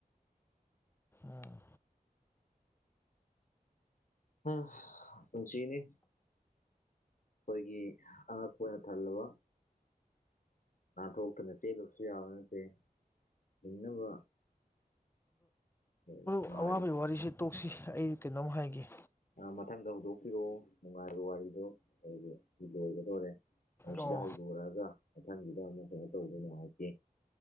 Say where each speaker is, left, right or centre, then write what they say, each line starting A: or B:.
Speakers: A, on the left; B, on the left.
A: ꯑꯥ
B: ꯎꯝ ꯄꯨꯟꯁꯤꯅꯤ ꯑꯩꯈꯣꯏꯒꯤ ꯑꯉꯛꯄꯅ ꯊꯜꯂꯕ ꯅꯥꯟꯊꯣꯛꯇꯨꯅ ꯆꯦꯜꯂꯨꯕꯁꯨ ꯌꯥꯕ ꯅꯠꯇꯦ ꯍꯤꯡꯅꯕ ꯉꯥꯏꯕꯁꯨ
A: ꯑꯋꯥꯕꯩ ꯋꯥꯔꯤꯁꯦ ꯇꯣꯛꯁꯤ ꯑꯩ ꯀꯩꯅꯣꯝ ꯍꯥꯏꯒꯦ
B: ꯃꯊꯪꯗ ꯍꯧꯗꯣꯛꯄꯤꯔꯛꯑꯣ ꯅꯨꯡꯉꯥꯏꯕ ꯋꯥꯔꯤꯗꯣ ꯑꯩꯗꯤ ꯁꯤ ꯂꯣꯏꯒꯗꯣꯔꯦ꯫ ꯑꯗꯨ ꯁꯤꯗ
A: ꯑꯣ
B: ꯍꯧꯗꯣꯔꯛꯑꯒ ꯃꯊꯪꯒꯤꯗ ꯑꯃꯨꯛ ꯀꯩꯅꯣ ꯇꯧꯕꯗꯨꯗꯤ ꯅꯨꯉꯥꯏꯇꯦ꯫